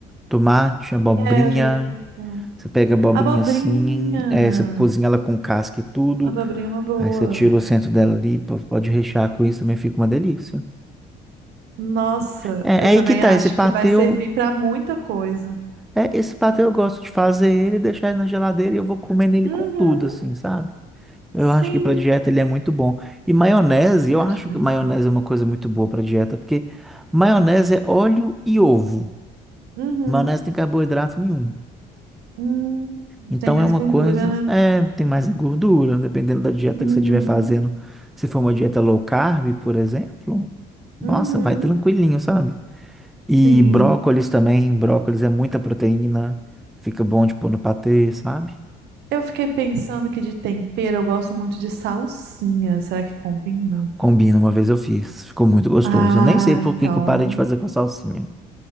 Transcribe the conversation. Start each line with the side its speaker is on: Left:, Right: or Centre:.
Centre: tomate, abobrinha.
Right: É, eu já vi pimentão.
Centre: Você pega a abobrinha
Right: Abobrinha.
Centre: assim, é, você cozinha ela com casca e tudo.
Right: Abobrinha é uma boa.
Centre: Aí você tira o centro dela ali, po- pode rechear com isso, também fica uma delícia.
Right: Nossa,
Centre: É, é
Right: eu
Centre: aí
Right: também
Centre: que tá,
Right: acho
Centre: esse patê
Right: que vai servir
Centre: eu,
Right: pra muita coisa.
Centre: é, esse patê eu gosto de fazer ele, deixar ele na geladeira e eu vou comendo ele
Right: Uhum,
Centre: com tudo, assim, sabe? Eu
Right: sim.
Centre: acho que para dieta ele é muito bom. E maionese,
Right: Eu
Centre: eu acho
Right: acho que vai
Centre: que maionese
Right: no sal.
Centre: é uma coisa muito boa para dieta, porque maionese é óleo e ovo.
Right: Uhum.
Centre: Maionese não tem carboidrato nenhum.
Right: Hum,
Centre: Então
Right: tem mais
Centre: é uma
Right: gordura,
Centre: coisa,
Right: né?
Centre: é, tem mais gordura, dependendo da dieta
Right: Uhum.
Centre: que você estiver fazendo. Se for uma dieta low carb, por exemplo, nossa,
Right: Uhum,
Centre: vai tranquilinho, sabe? E
Right: sim.
Centre: brócolis também, brócolis é muita proteína, fica bom de pôr no patê, sabe?
Right: Eu fiquei pensando que de tempero eu gosto muito de salsinha. Será que combina?
Centre: Combina, uma vez eu fiz, ficou muito gostoso.
Right: Ah,
Centre: Eu nem sei por
Right: então.
Centre: que que eu parei de fazer com salsinha.